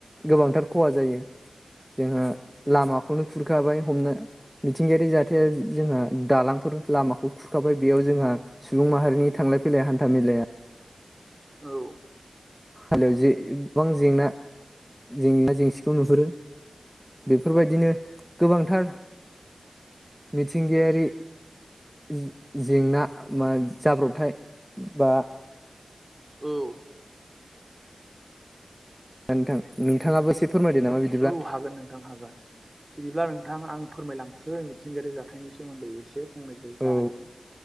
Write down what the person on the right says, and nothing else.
औ औ
औ
औ हागोन नोंथां हागोन। बिदिब्ला नोंथां आं फोरमायलांसै मिथिंगायारि जाथायनि सोमोन्दै एसे फंनैसो जाहायो